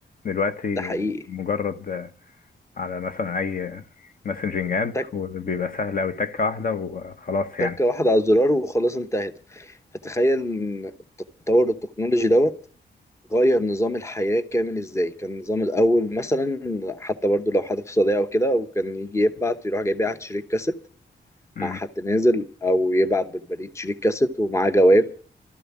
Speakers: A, on the left; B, on the left.
A: دلوقتي
B: ده حقيقي
A: مجرد آه، على مثلا اي مسنجنج اب
B: تك
A: وبيبقى سهل قوي تكه واحده وخلاص يعني
B: تكه واحده على الزرار وخلاص انتهت فتخيل ان التطور التكنولوجي دوت غير نظام الحياه كامل ازاي كان النظام الاول مثلا حتى برضو لو حد في صداقه او كده وكان يجي يبعت يروح جاي يبعت شريط كاسيت
A: مم.
B: مع حد نازل او يبعت بالبريد شريط كاسيت ومعاه جواب